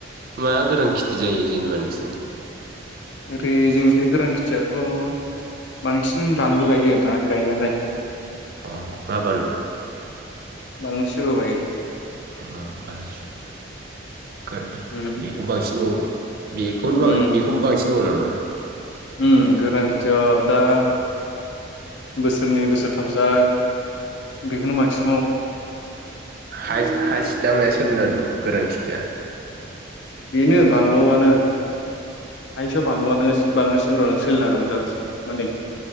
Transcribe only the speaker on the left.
ओरै जोंनिजाय गोरान खिथियाथ' बांसिन बानलु गायो बा गायनायालाय।
बानलु सिब्र गायो।
उम
उम
उम गोरान खेथिया दा बोसोरनै बोसोरथामसाया बेखोनो बांसि
बेनो बानलुआनो। हाइसाव बानलुआनो बानलु सिब्रयानो सोलिना दं दा <unintelligible>